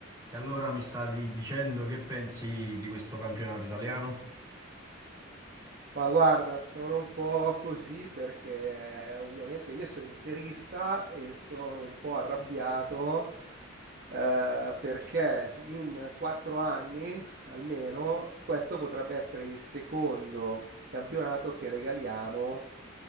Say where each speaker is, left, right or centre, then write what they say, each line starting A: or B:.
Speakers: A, on the right (about 15°); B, on the right (about 45°).
A: E allora mi stavi dicendo che pensi di questo campionato italiano?
B: Ma guarda, sono un po' così perché eh, ovviamente io sono interista e sono un po' arrabbiato eh, perché in quattro anni almeno questo potrebbe essere il secondo campionato che regaliamo